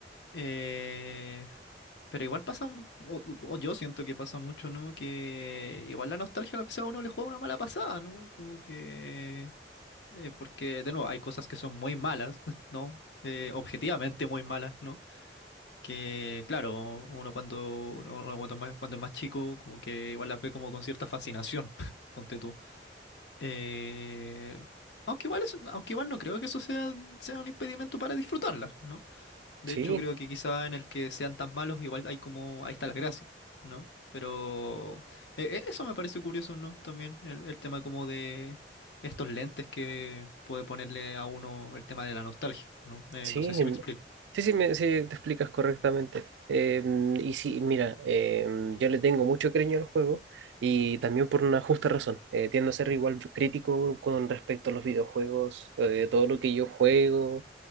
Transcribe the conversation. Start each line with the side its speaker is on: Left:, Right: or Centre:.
Left: Eh, pero igual pasa, m- o, o yo siento que pasa mucho, ¿no? Que igual la nostalgia a la vez a uno le juega una mala pasada, ¿no? Como que... eh, porque, de nuevo, hay cosas que son muy malas, <laughs> ¿no? Eh, objetivamente muy malas, ¿no? que claro, uno cuando, uno cuando es más, cuando es más chico, como que igual las ve como con cierta fascinación, <laughs> ponte tú. Eh, aunque igual es- aunque igual no creo que eso sea, sea un impedimento para disfrutarlas, ¿no? De
Right: Sí,
Left: hecho, creo que quizá en el que sean tan malos, igual hay como, ahí está la gracia, ¿no? Pero eh, eh, eso me parece curioso, ¿no? También el, el tema como de estos lentes que puede ponerle a uno el tema de la nostalgia, ¿no? Eh,
Right: sí,
Left: no sé si
Right: en-
Left: me explico.
Right: sí, sí, me, sí, te explicas correctamente. Em, y sí, mira, em, yo le tengo mucho cariño al juego y también por una justa razón. Eh, tiendo a ser igual crítico con respecto a los videojuegos, eh, todo lo que yo juego